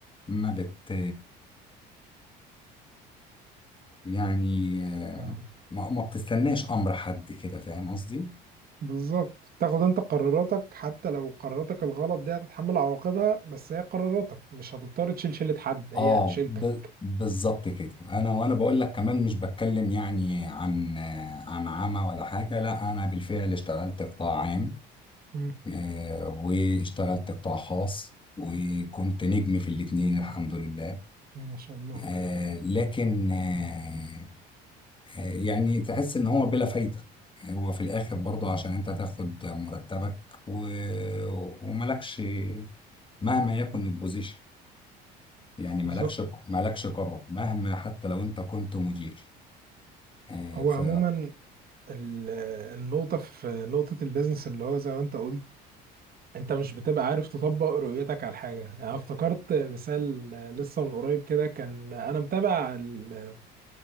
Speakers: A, on the left; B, on the right.
A: ما بت يعني آه،
B: فاهم.
A: ما ما بتستناش امر حد كده فاهم قصدي
B: بالظبط تاخد انت قراراتك حتى لو قراراتك الغلط دي هتتحمل عواقبها بس هي قراراتك مش هتضطر تشيل شيلة حد هي
A: اه
B: شيلتك
A: ب... بالظبط كده انا وانا بقول لك كمان مش بتكلم يعني عن آه، عن عمى ولا حاجه لا انا بالفعل اشتغلت قطاع عام
B: مم.
A: آه، واشتغلت قطاع خاص وكنت نجم في الاتنين الحمد لله
B: ما شاء الله
A: آه، لكن آه، آه، يعني تحس ان هو بلا فايده هو في الاخر برضه عشان انت تاخد مرتبك و... وملكش مهما يكن
B: مم.
A: البوزيشن يعني مالكش
B: بالظبط
A: مالكش قرار مهما حتى لو انت كنت مدير آه،
B: هو
A: ف
B: عموما ال- النقطة في نقطة البيزنس اللي هو زي ما انت قلت انت مش بتبقى عارف تطبق رؤيتك على حاجة يعني أنا افتكرت مثال لسه من قريب كده كان انا متابع ال-